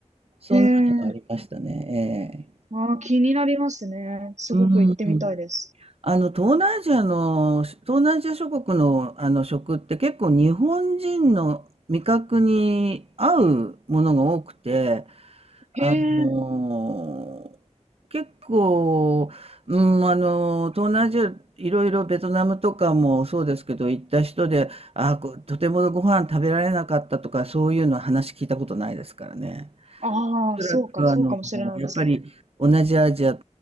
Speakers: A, on the right; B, on the right.
A: そんなのがありましたね。
B: へえ。ああ、気になりますね。すごく行ってみたいです。
A: ええうん。あの、東南アジアの、東南アジア諸国の、あの食って結構日本人の味覚に合うものが多くて、あの
B: へえ。
A: 結構、うん、あの、東南アジア、いろいろベトナムとかもそうですけど、行った人で、あーことてもご飯食べられなかったとか、そういうの話聞いたことないですからね。
B: ああ、
A: おそらくあの、
B: そうか、そうかもしれないですね。
A: やっぱり同じアジア